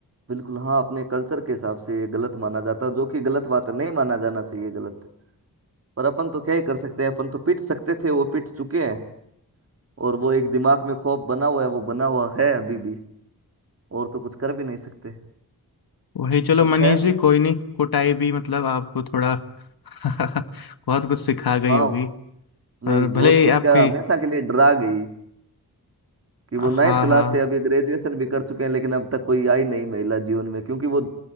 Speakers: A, on the right; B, on the left.
A: बिल्कुल हाँ अपने कल्चर के हिसाब से ये गलत माना जाता जो कि गलत बात है नहीं माना जाना चाहिए गलत पर अपन तो क्या ही कर सकते हैं अपन तो पीट सकते थे वो पीट चुके हैं और वो एक दिमाग में खौफ बना हुआ है वो बना हुआ है अभी भी और तो कुछ कर भी नहीं सकते
B: वही चलो
A: पर
B: मनीष
A: खैर
B: जी कोई नहीं कुटाई भी मतलब आपको थोड़ा <laughs> बहुत कुछ सिखा गई
A: हाँ
B: होगी
A: नहीं
B: और भले
A: बहुत कुछ
B: ही आपकी
A: क्या हमेशा के लिए डरा गई कि वो नाइन्थ
B: हाँ
A: क्लास
B: हाँ
A: से अभी ग्रेजुएशन भी कर चुके हैं लेकिन अब तक कोई आई नहीं महिला जीवन में क्योंकि वो